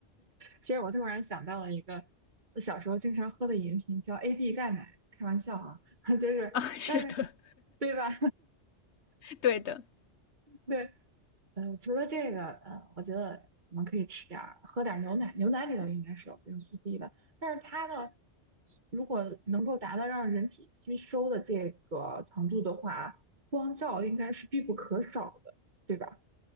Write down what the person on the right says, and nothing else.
其实我突然想到了一个我小时候经常喝的饮品，叫 AD 钙奶。开玩笑啊，<laughs> 就是，
但是，对吧？
<laughs> 对，呃，除了这个，呃，我觉得我们可以吃点儿，喝点儿牛奶。牛奶里头应该是有维生素 D 的，但是它呢，如果能够达到让人体吸收的这个程度的话，光照应该是必不可少的，对吧？